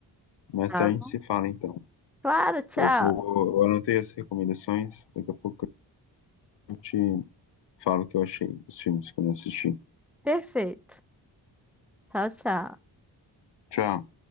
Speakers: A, on the left; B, in the centre.
A: Mais
B: Tá
A: tarde
B: bom?
A: a gente se fala, então.
B: Claro, tchau.
A: Eu vou, eu anotei as recomendações. Daqui a pouco eu te falo o que eu achei dos filmes que eu não assisti.
B: Perfeito. Tchau, tchau.
A: Tchau.